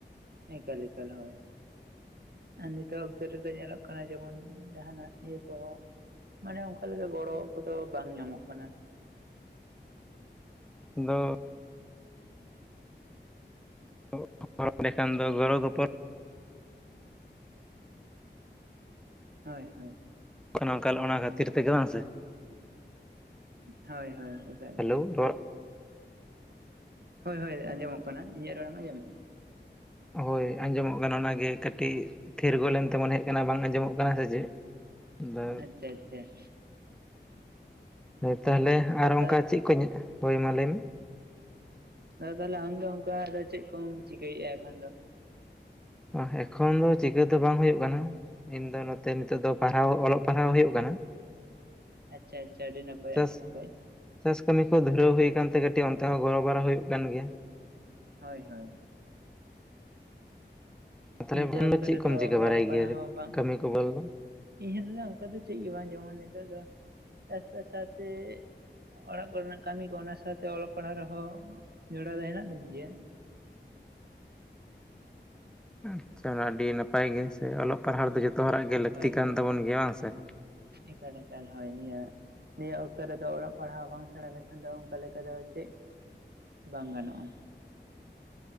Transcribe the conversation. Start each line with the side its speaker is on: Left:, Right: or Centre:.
Right: ᱮᱠᱟᱞ ᱮᱠᱟᱞ, ᱦᱚᱭ ᱾ ᱱᱤᱛᱚᱜ ᱚᱠᱛᱚ ᱨᱮᱫᱚ, ᱧᱮᱞᱚᱜ ᱠᱟᱱᱟ, ᱡᱮᱢᱚᱱ ᱡᱟᱦᱟᱸᱱᱟᱜ ᱤᱭᱟᱹ ᱠᱚᱦᱚᱸ ᱢᱟᱱᱮ, ᱚᱱᱠᱟ ᱞᱮᱠᱟ, ᱜᱚᱲᱚ ᱠᱚᱫᱚ, ᱵᱟᱝ ᱧᱟᱢᱚᱜ ᱠᱟᱱᱟ ᱾
Centre: ᱟᱫᱚ <unintelligible> ᱮᱸᱰᱮᱠᱷᱟᱱ ᱫᱚ ᱜᱚᱲᱚ ᱜᱚᱯᱚᱲ
Right: ᱦᱳᱭ ᱦᱳᱭ ᱾
Centre: <unintelligible> ᱚᱱᱟ ᱠᱷᱟᱹᱛᱤᱨ ᱛᱮᱜᱮ, ᱵᱟᱝ ᱥᱮ?
Right: ᱦᱳᱭ ᱦᱳᱭ ᱾
Centre: ᱦᱟᱞᱳ, ᱨᱚᱲ
Right: ᱦᱳᱭ ᱦᱳᱭ, ᱟᱸᱡᱚᱢᱚᱜ ᱠᱟᱱᱟ, ᱤᱧᱟᱹᱜ ᱨᱚᱲᱮᱢ ᱟᱸᱡᱚᱢᱮᱫᱼᱟ ᱾
Centre: ᱦᱳᱭ ᱟᱸᱡᱚᱢᱚᱜ ᱠᱟᱱᱟ, ᱾ ᱚᱱᱟᱜᱮ ᱠᱟᱹᱴᱤᱡ ᱛᱷᱤᱨᱜᱚᱫ ᱞᱮᱱᱛᱮ, ᱢᱚᱱᱮ ᱦᱩᱭᱩᱜ ᱠᱟᱱᱟ ᱾ ᱵᱟᱝ ᱟᱸᱡᱚᱢᱚᱜ ᱠᱟᱱᱟ, ᱥᱮ ᱪᱮᱫ? ᱟᱫᱚ
Right: ᱟᱪᱪᱷᱟ ᱟᱪᱪᱷᱟ ᱾
Centre: ᱦᱳᱭ, ᱛᱟᱦᱚᱞᱮ, ᱟᱨ
Right: ᱫᱟᱫᱟ
Centre: ᱚᱱᱠᱟ ᱪᱮᱫ ᱠᱚ, ᱦᱳᱭ ᱢᱟ, ᱞᱟᱹᱭ ᱢᱮ ᱾
Right: ᱫᱟᱫᱟ, ᱛᱟᱦᱚᱞᱮ ᱟᱢ ᱫᱚ, ᱚᱱᱠᱟ ᱫᱚ, ᱪᱮᱫ ᱠᱚᱢ ᱪᱤᱠᱟᱹᱭᱮᱫᱼᱟ? ᱮᱠᱷᱟᱱ ᱫᱚ ᱾
Centre: ᱚᱼ ᱱᱮᱠᱷᱚᱱ ᱫᱚ, ᱪᱤᱠᱟᱹ ᱫᱚ, ᱵᱟᱝ ᱦᱩᱭᱩᱜ ᱠᱟᱱᱟ ᱾ ᱤᱧᱫᱚ ᱱᱚᱛᱮ, ᱱᱤᱛᱚᱜ ᱫᱚ, ᱯᱟᱲᱦᱟᱣ ᱚᱞᱚᱜ ᱯᱟᱲᱦᱟᱣ, ᱦᱩᱭᱩᱜ ᱠᱟᱱᱟ ᱾
Right: ᱟᱪᱪᱷᱟ, ᱟᱪᱪᱷᱟ, ᱟᱹᱰᱤ ᱱᱟᱯᱟᱭ,
Centre: ᱪᱟᱥ
Right: ᱟᱹᱰᱤ ᱱᱟᱯᱟᱭ,
Centre: ᱪᱟᱥ ᱠᱟᱹᱢᱤ ᱠᱚ, ᱫᱷᱩᱨᱟᱹᱣ ᱦᱩᱭ ᱠᱟᱱᱛᱮ, ᱠᱟᱹᱴᱤᱡ ᱚᱱᱛᱮ ᱦᱚᱸ, ᱜᱚᱲᱚ ᱵᱟᱲᱟ, ᱦᱩᱭᱩᱜ ᱠᱟᱱ ᱜᱮᱭᱟ ᱾
Right: ᱦᱳᱭ, ᱦᱳᱭ ᱾
Centre: ᱛᱟᱦᱚᱞᱮ
Right: ᱱᱤᱛᱚᱜ
Centre: ᱟᱢ
Right: ᱚᱠᱛᱚ
Centre: ᱫᱚ ᱪᱮᱫ
Right: ᱨᱮᱫᱚ,
Centre: ᱠᱚᱢ ᱪᱤᱠᱟᱹ ᱵᱟᱲᱟᱭ
Right: ᱚᱞᱚᱜ ᱯᱟᱲᱦᱟᱣ
Centre: ᱜᱮᱭᱟ
Right: ᱦᱚᱸ ᱵᱟᱝ?
Centre: ᱠᱟᱹᱢᱤ ᱠᱚ ᱵᱚᱞ ᱫᱚ
Right: ᱤᱧ ᱫᱟᱫᱟ, ᱚᱱᱠᱟ ᱫᱚ, ᱪᱮᱫ ᱜᱮ ᱵᱟᱝ ᱡᱚᱢᱟᱹᱧ ᱱᱤᱛᱚᱜ ᱫᱚ, ᱪᱟᱥᱵᱟᱥ ᱥᱟᱶ ᱛᱮ ᱚᱲᱟᱜ ᱠᱚᱨᱮᱱᱟᱜ ᱠᱟᱹᱢᱤ ᱠᱚ, ᱚᱱᱟ ᱥᱟᱶᱛᱮ ᱚᱞᱚᱜ ᱯᱟᱲᱦᱟᱜ ᱨᱮᱦᱚᱸ, ᱡᱚᱲᱟᱣ ᱫᱚ, ᱦᱮᱱᱟᱜ ᱞᱤᱧ ᱜᱮᱭᱟ ᱾
Centre: ᱟᱪᱪᱷᱟ ᱾ ᱚᱱᱟ ᱟᱹᱰᱤ ᱱᱟᱯᱟᱭ ᱜᱮ, ᱥᱮ ᱚᱞᱚᱜ ᱯᱟᱲᱦᱟᱣ ᱫᱚ, ᱡᱚᱛᱚ ᱦᱚᱲᱟᱜ ᱜᱮ, ᱞᱟᱹᱠᱛᱤ
Right: ᱦᱳᱭ
Centre: ᱠᱟᱱ
Right: ᱦᱳᱭ
Centre: ᱛᱟᱵᱚᱱ ᱜᱮᱭᱟ, ᱵᱟᱝ ᱥᱮ ᱾
Right: ᱮᱠᱟᱞ, ᱮᱠᱟᱞ ᱦᱳᱭ, ᱱᱤᱭᱟᱹ ᱱᱤᱭᱟᱹ ᱚᱠᱛᱚ ᱨᱮᱫᱚ, ᱚᱞᱚᱜ ᱯᱟᱲᱦᱟᱣ ᱵᱟᱝ ᱥᱮᱬᱟ ᱞᱮᱠᱷᱟᱱ ᱫᱚ, ᱚᱱᱠᱟ ᱞᱮᱠᱟ ᱫᱚ, ᱪᱮᱫ? ᱵᱟᱝ ᱜᱟᱱᱚᱜᱼᱟ ᱾